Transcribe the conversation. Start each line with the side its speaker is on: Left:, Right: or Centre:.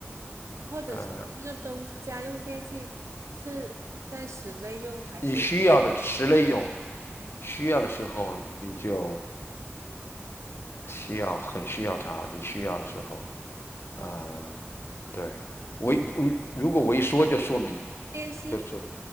Right: 或者是那个东西家用电器是在室内用还是
Left: 呃，你需要的室内用，需要的时候你就需要很需要它，你需要的时候，嗯，
Right: 哦
Left: 对，我一嗯如果我一说就说明
Right: 体电视？
Left: 就说